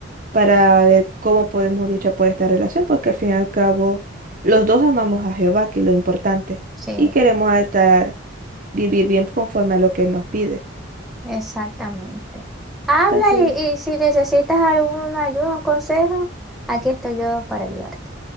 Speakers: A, on the right; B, in the centre.
A: para ver cómo podemos luchar por esta relación, porque al fin y al cabo los dos amamos a Jehová, que es lo importante,
B: Sí,
A: y queremos estar, vivir bien conforme a lo que nos pide.
B: exactamente. Habla
A: Entonces,
B: y, y si necesitas alguna ayuda, un consejo, aquí estoy yo para ayudarte.